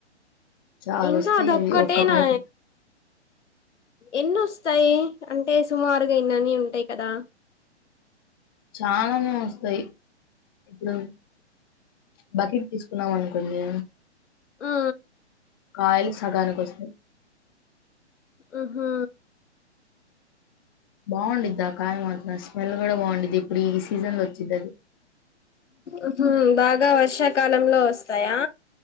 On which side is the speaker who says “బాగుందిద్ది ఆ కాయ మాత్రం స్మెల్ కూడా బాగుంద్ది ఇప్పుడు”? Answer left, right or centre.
Left